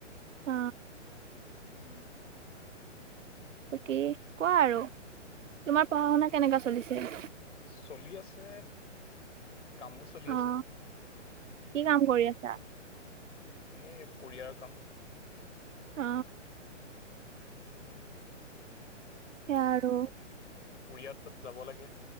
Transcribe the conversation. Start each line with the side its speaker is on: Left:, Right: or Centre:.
Right: অ
Left: উম।
Right: বাকী কোৱা আৰু। তোমাৰ পঢ়া-শুনা কেনেকা চলিছে?
Left: চলি আছে কামো চলি
Right: আহ
Left: আছে।
Right: কি কাম কৰি আছা?
Left: এ কৰিয়াৰ কাম।
Right: অ।
Left: উম।
Right: সেয়া আৰু।
Left: কোৰিয়াৰ তাত যাব লাগে।